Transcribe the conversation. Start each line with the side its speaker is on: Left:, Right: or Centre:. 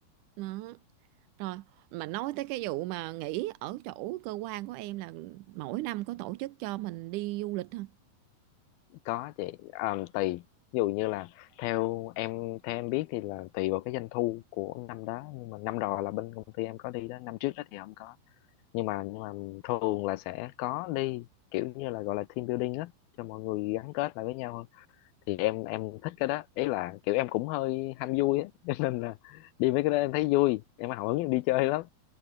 Right: đó Rồi, mà nói tới cái vụ mà nghỉ ở chỗ cơ quan của em là mỗi năm có tổ chức cho mình đi du lịch không?
Left: có chị à, tùy ví dụ như là theo em theo em biết thì là tùy vào cái doanh thu của năm đó nhưng mà năm rồi là bên công ty em có đi đó năm trước đó thì không có nhưng mà nhưng mà thường là sẽ có đi kiểu như là gọi là team building á cho mọi người gắn kết lại với nhau hơn thì em em thích cái đó ý là kiểu em cũng hơi ham vui á <laughs> cho nên là đi mấy cái đó em thấy vui em hào hứng em đi chơi lắm